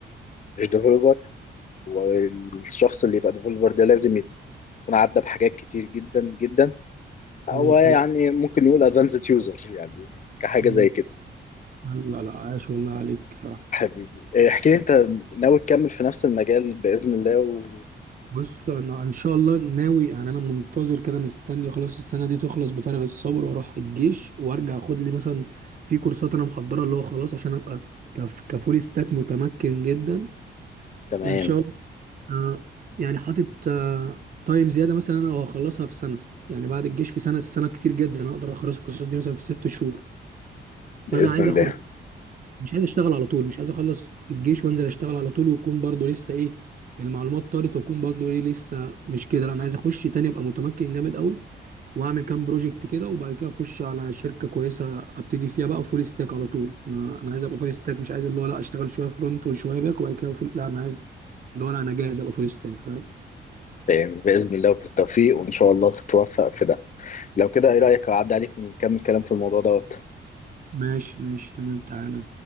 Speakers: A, on the left; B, on the right.
A: مش ديفلوبر والشخص اللي يبقى ديفلوبر ده لازم يكون عدى بحاجات كتير جدا جدا هو
B: اللي هو خلاص.
A: يعني ممكن يقول ادفانسد يوزر يعني كحاجة
B: أمم.
A: زي كده
B: حلو. لا لا عايش والله عليك
A: حبيبي إيه، احكي لي انت ناوي تكمل في نفس المجال بإذن الله و...
B: بص انا ان شاء الله ناوي يعني انا منتظر كده مستني خلاص السنه دي تخلص بفارغ الصبر واروح الجيش وارجع اخد لي مثلا في كورسات انا محضرها اللي هو خلاص عشان ابقى كف كفول ستاك متمكن جدا
A: تمام
B: ان شاء الله آه، يعني حاطط آه، تايم زياده مثلا انا هخلصها في سنه يعني بعد الجيش في سنه سنه كتير جدا اقدر اخلص الكورسات دي مثلا في ست شهور
A: بإذن
B: فانا عايز
A: الله
B: اخد مش عايز اشتغل على طول مش عايز اخلص الجيش وانزل اشتغل على طول ويكون برضو لسه ايه المعلومات طارت واكون برضو ايه لسه مش كده لا انا عايز اخش تاني ابقى متمكن جامد قوي واعمل كام بروجكت كده وبعد كده اخش على شركه كويسه ابتدي فيها بقى فول ستاك على طول انا انا عايز ابقى فول ستاك مش عايز اللي هو لا اشتغل شويه فرونت وشويه باك وبعد كده فول لا انا عايز اللي هو لا انا جاهز ابقى فول ستاك فاهم
A: تمام بإذن الله وبالتوفيق وإن شاء الله تتوفق في ده لو كده ايه رأيك اعدي عليك ونكمل كلام في الموضوع دوت
B: ماشي ماشي تمام تعالى